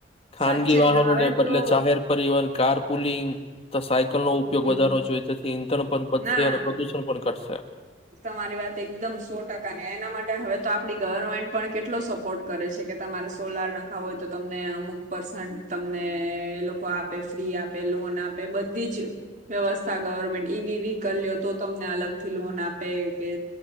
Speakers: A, on the left; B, on the right.
A: ખાનગી
B: સાચે
A: વાહનોને
B: ને હવે
A: બદલે
B: તો
A: જાહેર પરિવહન કાર પુલિંગ તો સાયકલ નો ઉપયોગ
B: હમ
A: વધારવો જોઈએ જેથી ઈંધણ પણ વધશે
B: ના
A: અને પ્રદુષણ પણ ઘટશે.
B: તમારી વાત એકદમ સો ટકા ને એના માટે હવે તો આપ આપણી ગવર્મેન્ટ પણ કેટલો સપોર્ટ કરે છે. કે તમારે સોલાર નખાવુ હોય તો તમને અમુક પર્સન્ટ તમને એ લોકો આપે ફ્રી આપે લોન આપે બધી જ વ્યવસ્થા ગવર્મેન્ટ ઈવીવી કરીયે તો તમને અલગથી લોન આપ આપે કે